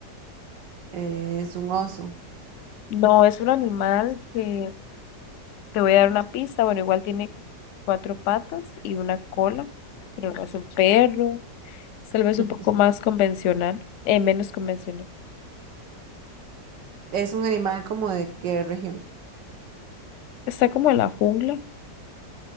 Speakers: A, on the right; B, on the left.
A: eh, es un oso.
B: No, es un animal que te voy a dar una pista. Bueno, igual tiene cuatro patas y una cola, pero no es un perro. Es Tal vez
A: <laughs>
B: un poco más convencional, eh, menos convencional.
A: Es un animal como de qué región?
B: Está como en la jungla,